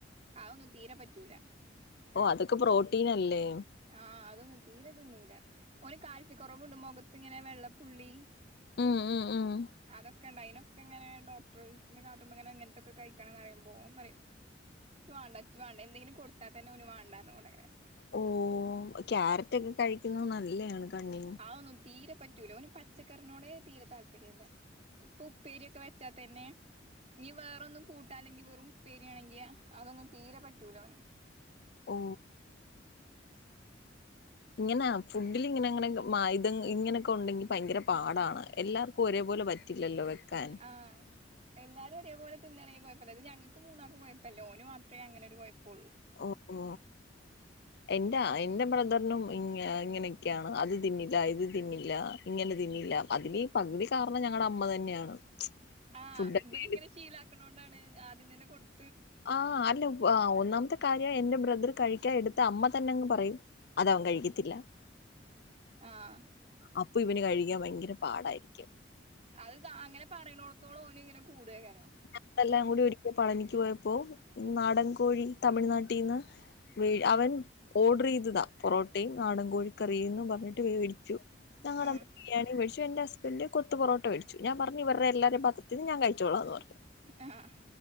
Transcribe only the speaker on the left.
ഓഹ് അതൊക്കെ പ്രോട്ടീൻ അല്ലേ
ഉം ഉം ഉം
ഓഹ് ക്യാരറ്റ് ഒക്കെ കഴിക്കുന്നത് നല്ലതാണ് കണ്ണിന്
ഓ ഇങ്ങനെ ഫുഡിൽ ഇങ്ങനെ ഇങ്ങനെ മയുധം ഇങ്ങനെയൊക്കെ ഉണ്ടെങ്കിൽ ഭയങ്കര പാടാണ് എല്ലാർക്കും ഒരേപോലെ പറ്റ- പറ്റില്ലല്ലോ വെക്കാൻ
ഓ ഓ എന്റെ എൻ്റെ ബ്രദറിനും ഇങ്ങ ഇങ്ങനൊക്കെയാണ് അത് തിന്നില്ല ഇത് തിന്നില്ല ഇങ്ങനെ തിന്നില്ല അതില് പകുതി കാരണം ഞങ്ങളുടെ അമ്മ തന്നെയാണ്
ഫുഡൊക്കെ
എടു
ആഹ് അല്ല പെ ഒന്നാമത്തെ കാര്യം എൻ്റെ ബ്രദർ കഴിക്കാൻ എടുത്ത അമ്മ തന്നെങ്ങ് പറയും അത് അവൻ കഴിക്കത്തില്ല
അപ്പൊ ഇവന് കഴിക്കാൻ ഭയങ്കര പാടായിരിക്കും
ഞങ്ങളെല്ലാം കൂടി ഒരിക്കൽ പളനിക്ക് പോയപ്പോ ഈ നാടൻ കോഴി തമിഴ്നാട്ടീന്ന് ഇ അവൻ ഓർഡർ ചെയ്തതാ പൊറോട്ടയും നാടൻ കോഴിക്കറി എന്നു പറഞ്ഞിട്ട് വേടി ച്ചു ഞങ്ങൾ
അന്ന് ബിരിയാണി മേടിച്ചു എന്റെ ഹസ്ബൻറ് കൊത്ത് പൊറോട്ട മേടിച്ചു ഞാൻ പറഞ്ഞു ഇവരുടെല്ലാരും പാത്രത്തീന്ന് ഞാൻ കഴിച്ചോള എന്ന് പറഞ്ഞു